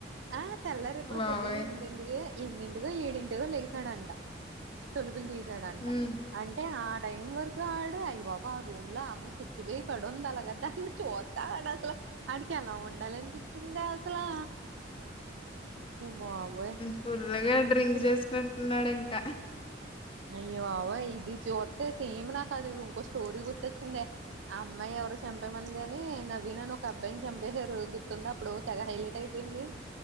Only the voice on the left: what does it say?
బాబోయ్!
హ్మ్.
ఫులగా డ్రింక్ చేసుకుట్టున్నాడు ఇంకా